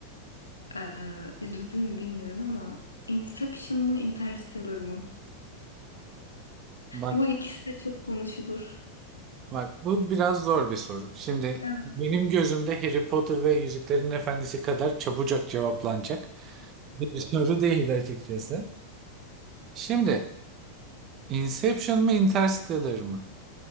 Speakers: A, on the left; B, on the right.
A: Ee, izledin mi bilmiyorum ama Inception mı Interstellar mı?
B: Bak
A: Bu ikisi de çok konuşulur.
B: Bak bu biraz zor bir soru. Şimdi
A: Evet.
B: benim gözümde Harry Potter ve Yüzüklerin Efendisi kadar çabucak cevaplanacak bir soru değil açıkçası. Şimdi Inception mı Interstellar mı?